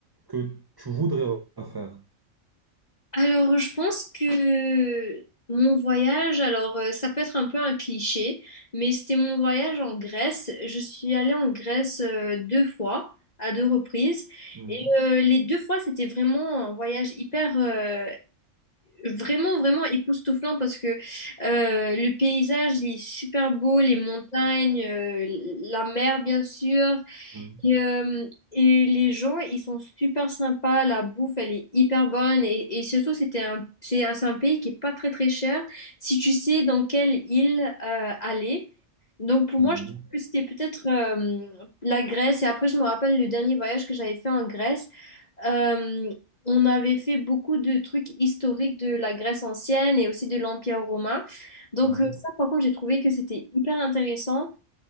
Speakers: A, on the right; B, on the left.
A: que tu voudrais refaire?
B: Alors, je pense que mon voyage, alors euh, ça peut être un peu un cliché, mais c'était mon voyage en Grèce. Je suis allée en Grèce euh, deux fois, à deux reprises,
A: Mhm,
B: et euh, les deux fois c'était vraiment un voyage hyper, euh, vraiment vraiment époustouflant parce que euh, le paysage il est super beau, les montagnes, euh, la mer bien sûr,
A: mhm,
B: Et, euh, et les gens, ils sont super sympas, la bouffe, elle est hyper bonne. Et, et surtout, c'était un, c'est un, c'est un pays qui est pas très très cher si tu sais dans quelle île euh, aller. Donc pour
A: mhm,
B: moi, je trouve que c'était peut-être euh, la Grèce. Et après, je me rappelle le dernier voyage que j'avais fait en Grèce. Euh, on avait fait beaucoup de trucs historiques de la Grèce ancienne et aussi de l'Empire romain. Donc
A: mhm,
B: euh, ça, par contre, j'ai trouvé que c'était hyper intéressant.